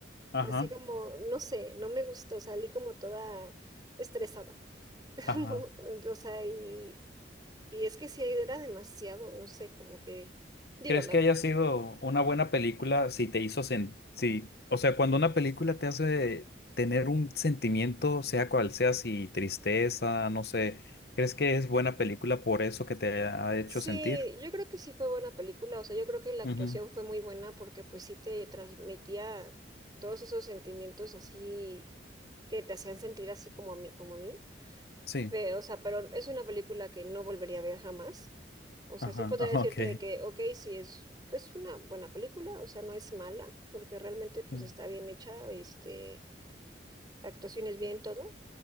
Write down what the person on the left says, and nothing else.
Ajá.
Ajá.
¿Crees
que haya sido una buena película si te hizo sen- si, o sea, cuando una película te hace tener un sentimiento, sea cual sea, si tristeza, no sé, ¿crees que es buena película por eso que te ha hecho
sentir?
Ujú,
Sí,
ajá,
<laughs> ajá,
ok.
Mm,